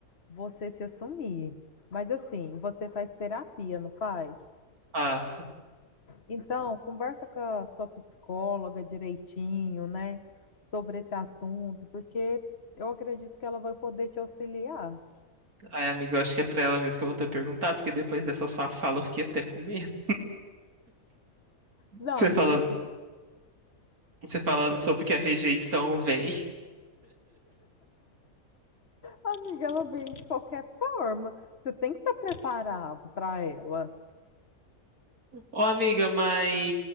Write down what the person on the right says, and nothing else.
Passo.
Ai, amiga, eu acho que é pra ela mesmo que eu vou ter que perguntar, porque depois dessa sua fala eu fiquei até com medo.
<laughs> Você
fala,
Você falando
sobre que a rejeição vem.
Ô, amiga, mas